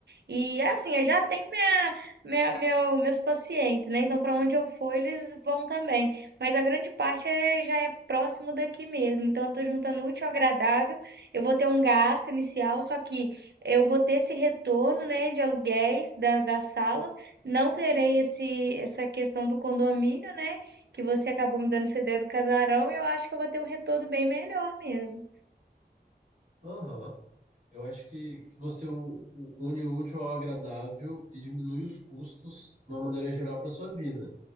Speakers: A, on the right; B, on the right.
A: E assim, eu já tenho minha, minha, meu, meus pacientes, né? Então, para onde eu for, eles vão também. Mas a grande parte é, já é próximo daqui mesmo. Então, eu estou juntando útil ao agradável. Eu vou ter um gasto inicial, só que eu vou ter esse retorno, né, de aluguéis da, das salas. Não terei esse, essa questão do condomínio, né? Que você acabou me dando essa ideia do casarão. E eu acho que eu vou ter um retorno bem melhor mesmo.
B: aham. Eu acho que, que você u- u- une o útil ao agradável e diminui os custos de uma maneira geral para sua vida.